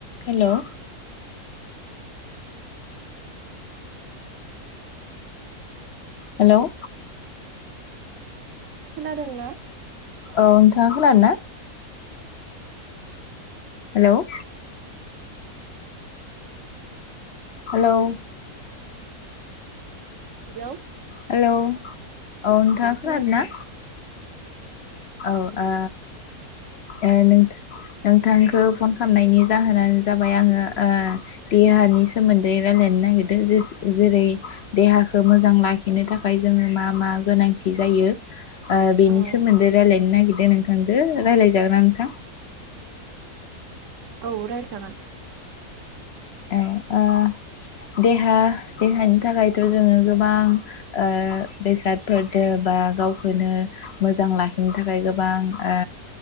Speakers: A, on the left (about 60°); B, on the right (about 60°).
A: हेल' hello
B: खोनादों ना।
A: औ नोंथाङा खोनादों ना। हेल' हेलौ
B: हेल'
A: हेलौ औ नोंथाङा खोनादों
B: खोनाबाय
A: ना। औ आ ओ नोंथ नोंथांखौ फन खालामनायनि जाहोनानो जाबाय आङो ओ देहानि सोमोन्दै रायलायनो नागिरदों जे जेरै देहाखौ मोजां लाखिनो थाखाय जोङो मा - मा गोनांथि जायो। ओ बेनि
B: औ
A: सोमोन्दै रायजलायनो नागिरदों नोंथांजों रायलायजागोना नोंथां।
B: औ रायलाय जागोन।
A: औ ओ देहा देहानि थाखायथ' जोङो गोबां ओ बेसादफोरजों बा गावखौनो मोजां लाखिनो थाखाय गोबां ओ